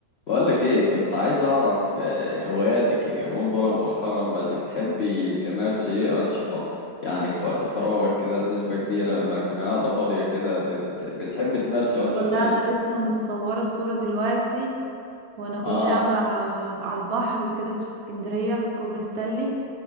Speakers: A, on the left; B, on the right.
A: بقولك ايه كنت عايز اعرف آه، هواياتك اليومين دول مؤخرا بقت بتحبي تمارسي ايه انشطة يعني في وقت فراغك كده بنسبة كبيرة لما تكوني قاعدة فاضية كده بت... بتحبي تمارسي انشطة
B: والله
A: ايه
B: انا لسه متصوره الصوره دلوقتي وانا كنت
A: اه
B: قاعده على البحر وكده في اسكندريه في كوبري ستانلي